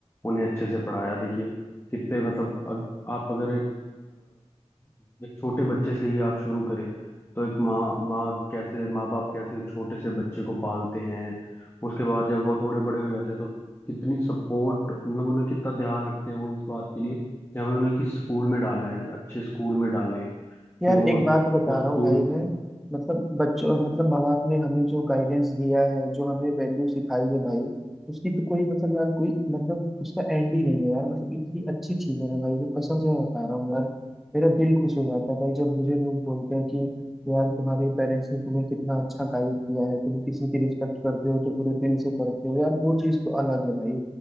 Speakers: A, on the left; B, in the centre.
A: उन्हें अच्छे से पढ़ाया देखिए कितने मतलब अग, आप अगर एक अ, एक छोटे बच्चे से ही आप शुरू करें तो एक माँ माँ कैसे माँ बाप कैसे छोटे से बच्चे को पालते हैं उसके बाद जब वो थोड़े बड़े हो जाते हैं तो कितनी सपोर्ट मतलब उन्हें कितना ध्यान रखते हैं वो इस बात के लिए कि हमें उन्हें किस स्कूल में डालना है अच्छे स्कूल में डालें
B: यार
A: फिर वो
B: एक
A: उस
B: बात बता रहा
A: स्कूल
B: हूँ भाई मैं मतलब बच्चों मतलब माँ बाप ने हमें जो गाइडेंस दिया है जो हमें वैल्यू सिखाई है भाई उसकी तो कोई मतलब यार कोई मतलब उसका एंड ही नहीं है यार मतलब इतनी अच्छी चीज है ना भाई वो कसम से मैं बता रहा हूँ यार मेरा दिल खुश हो जाता है भाई जब मुझे लोग बोलते हैं कि यार तुम्हारे पेरेंट्स ने तुम्हें कितना अच्छा गाइड किया है तुम किसी की रिस्पेक्ट करते हो तो पूरे दिल से करते हो यार वो चीज़ तो अलग है भाई